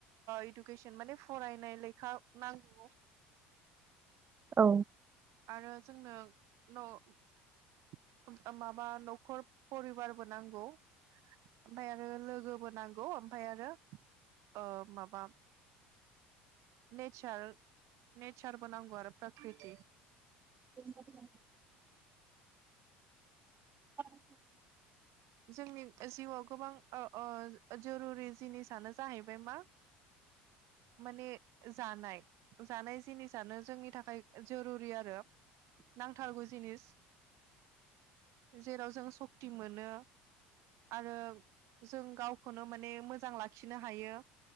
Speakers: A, on the right; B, on the right.
A: इडुकेसन माने फरायनाय लेखा नांगौ
B: औ
A: आरो जोंनो न' माबा न'खर परिबारबो नांगौ ओमफफ्राय आरो लोगोबो नांगौ ओमफफ्राय आरो माबा नेचार नेचारबो नांगौ आरो प्रकृति
B: बे <inaudible>
A: जोंनि जिउआव गोबां जरुरि जिनिसानो जाहैबाय मा माने जानाय जानाय जिनिसानो जोंनि थाखाय जुरुरि आरो नांथारगौ जिनिस जेराव जों सक्ति मोनो आरो जों गावखौनो माने मोजां लाखिनो हायो